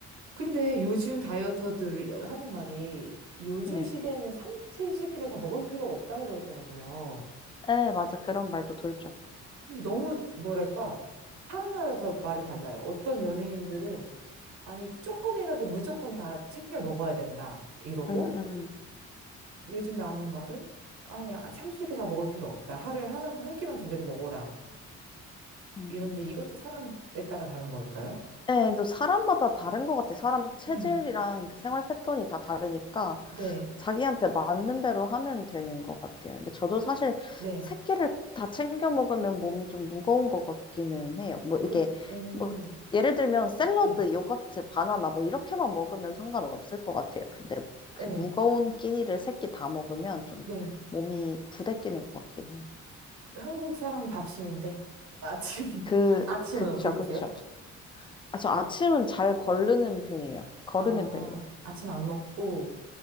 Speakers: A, on the right (about 70°); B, on the left (about 15°).
A: 근데 요즘 다이어터들 하는 말이 요즘
B: 네.
A: 시대에는 삼시세끼를 다 먹을 필요가 없다 그러더라고요.
B: 에, 맞아. 그런 말도 돌죠.
A: 근데 너무 뭐랄까 사람마다 더 말이 달라요. 어떤 연예인들은 아니 조금이라도 무조건 다 챙겨 먹어야 된다 이러고
B: 음, 음.
A: 요즘 나오는 말은 아니 아, 삼시세끼 다 먹을 필요 없다. 하루에 하나 한 끼만 제대로 먹어라.
B: 음.
A: 이런데 이것도 사람에 따라 다른 걸까요?
B: 예, 또 사람마다 다른 것 같아. 사람 체질이랑
A: 음.
B: 그 생활 패턴이 다 다르니까.
A: 네,
B: 자기한테 맞는 대로 하면 되는 것 같아요. 근데 저도 사실
A: 네,
B: 새끼를 다 챙겨 먹으면 몸이 좀 무거운 것 같기는 해요. 뭐
A: 그러,
B: 이게
A: 음,
B: 뭐 예를 들면 샐러드,
A: 네,
B: 요거트, 바나나 뭐 이렇게만 먹으면 상관없을 것 같아요. 근데 그
A: 네,
B: 무거운 끼니를 새끼 다 먹으면 좀
A: 네.
B: 몸이 부대끼는 것 같긴 해요.
A: 한국 사람은 밥심인데 아침 <laughs>
B: 그
A: 아침은
B: 그쵸
A: 어떻게 드세요?
B: 그쵸. 아, 저 아침은 잘 거르는 편이에요. 거르는
A: 아,
B: 편이에요.
A: 아침 안 먹고.